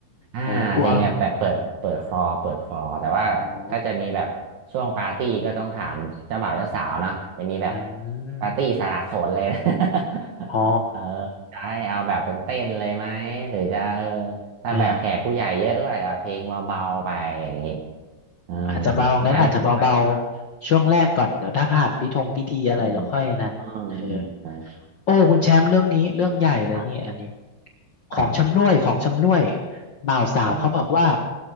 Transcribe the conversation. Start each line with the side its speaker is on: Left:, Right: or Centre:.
Right: อ่าเพลงแบบแบบเปิดเปิดคลอเปิดคลอแต่ว่าถ้าจะมีแบบช่วงปาร์ตี้ก็ต้องถามเจ้าบ่าวเจ้าสาวเนาะจะมีแบบ
Left: โอ้กลัวอืม โอ้อืม
Right: ปาร์ตี้สละโสดเลยนะ <laughs>
Left: อ๋อ
Right: เออจะให้เอาแบบเป็นเต้นเลยไหมหรือจะเออถ้าแบบแขกผู้ใหญ่เยอะก็อาจจะเพลงเบาๆไปอย่างงี้
Left: อ่า
Right: เออ
Left: อาจจะเบางั้นอาจจะเบาๆช่วงแรกก่อนเดี๋ยวถ้าผ่านพิธงพิธีอะไรแล้วค่อยอันนั้นเออ
Right: งานให้ผมไปก็อืมอืมอืมอืมอ
Left: โอ้คุณแชมป์เรื่องนี้เรื่องใหญ่เลยนี่อันนี้
Right: อครับ
Left: ของชำร่วยของชำร่วย
Right: ครับ
Left: บ่าวสาวเขาบอกว่า
Right: อ